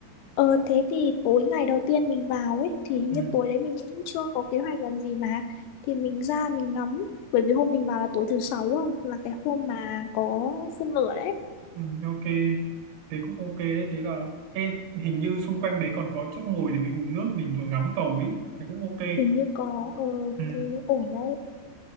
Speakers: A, on the left; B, on the right.
A: Ờ thế thì tối ngày đầu tiên mình vào ấy thì hình
B: Ừ,
A: như tối đấy mình cũng chưa có kế hoạch làm gì mà thì mình ra mình ngắm bởi vì hôm mình vào là tối thứ sáu không là cái hôm mà có phun lửa đấy
B: ừ, ok. Thế cũng ok đấy, thế là ê, hình như xung quanh đấy còn có chỗ ngồi để mình uống nước, mình vừa ngắm cầu ấy. Thế cũng ok.
A: hình như có ờ
B: Ừ,
A: thế ổn đấy